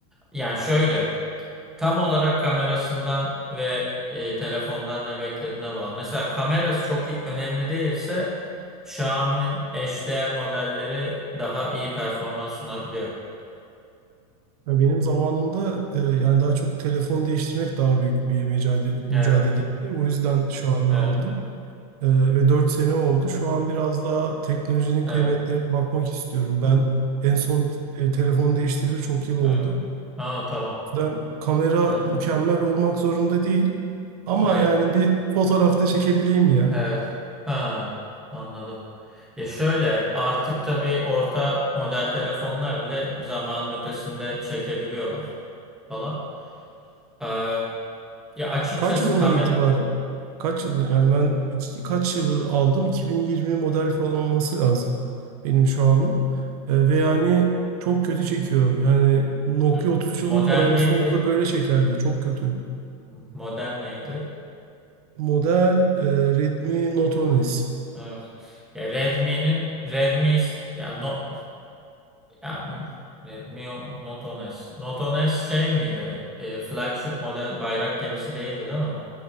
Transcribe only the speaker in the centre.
Yani şöyle. Tam olarak kamerasından ve e, telefondan ne beklediğine bağlı. Mesela kamerası çok i- önemli değilse Xiaomi'nin eşdeğer modelleri daha iyi performans sunabiliyor.
Evet,
evet,
evet,
evet.
evet. Ha, tamam.
Evet,
evet,
evet. Ha, anladım. Ya şöyle artık tabii orta model telefonlar bile zamanın ötesinde çekebiliyorlar falan. Ee, ya açıkçası
kamera
Evet.
Model
neydi?
Model neydi?
Evet. Ya Redmi'nin Redmi ya no ya Redmi o- Note 10S. Note 10S şey miydi? E, flagship model bayrak gemisi değildi değil mi?